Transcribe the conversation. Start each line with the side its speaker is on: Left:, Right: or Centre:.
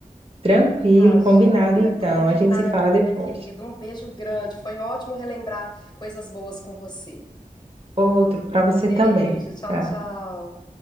Right: Tranquilo,
Left: Tá joia?
Right: combinado, então.
Left: Combinado,
Right: A gente se fala depois.
Left: minha querida. Um beijo grande. Foi ótimo relembrar coisas boas com você.
Right: Outro para você
Left: Beijo,
Right: também.
Left: tchau,
Right: Tá?
Left: tchau.